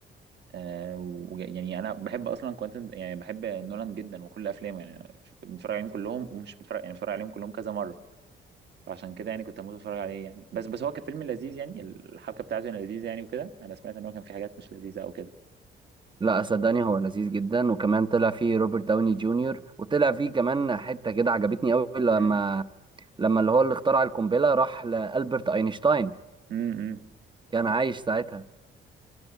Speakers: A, on the right; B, on the right.
A: آه و- يعني انا بحب اصلا كوانتن يعني بحب نولان جدا وكل افلامه يعني أنا ف- بتفرج عليهم كلهم ومش بتفرج يعني بتفرج عليهم كلهم كذا مره فعشان كده يعني كنت هموت واتفرج عليه يعني بس بس هو كان فيلم لذيذ يعني الحبكه بتاعته كانت لذيذه يعني وكده انا سمعت ان هو كان في حاجات مش لذيذه او كده
B: لا صدقني هو لذيذ جدا وكمان طلع فيه روبرت داوني جونيور وطلع فيه كمان حته كده عجبتني قوي لما
A: مم.
B: لما اللي هو اللي اخترع القنبله راح لالبرت اينشتاين
A: امم
B: كان عايش ساعتها